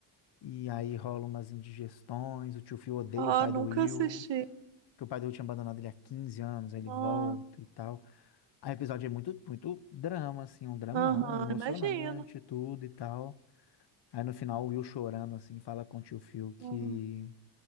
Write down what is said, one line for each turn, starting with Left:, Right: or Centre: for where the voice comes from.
Left: e aí rola umas indigestões, o tio Phil odeia
Right: Ó,
Left: o pai
Right: nunca
Left: do Will,
Right: assisti.
Left: porque o pai do Will tinha abandonado ele há 15 anos, aí ele
Right: Ah,
Left: volta e tal. Aí o episódio é muito, muito drama, assim, um dramão
Right: aham,
Left: emocionante,
Right: imagino.
Left: tudo e tal. Aí no final o Will chorando, assim, fala com o tio Phil que
Right: Ó,